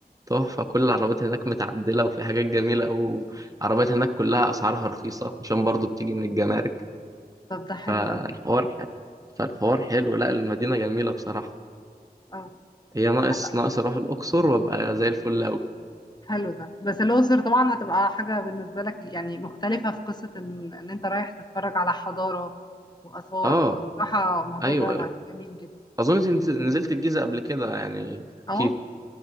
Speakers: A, on the right; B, on the left.
A: تحفة كل العربيات هناك متعدلة وفي حاجات جميلة قوي العربيات هناك كلها اسعارها رخيصة عشان برضه بتيجي من الجمارك
B: طب ده حلو
A: فالحوار
B: أوي
A: ح... فالحوار حلو لا المدينة جميلة بصراحة
B: اه
A: هي ناقص
B: حلو
A: ناقص أروح الأقصر وأبقى زي الفل أوي
B: حلو ده بس الأقصر طبعا هتبقى حاجة بالنسبة لك يعني مختلفة في قصة إن, إن أنت رايح تتفرج على حضارة وآثار
A: آه
B: بصراحة الموضوع
A: أيوه
B: ده
A: أيوه
B: جميل جدا
A: أظن أنت نزلت الجيزة قبل كده يعني
B: اه
A: أكيد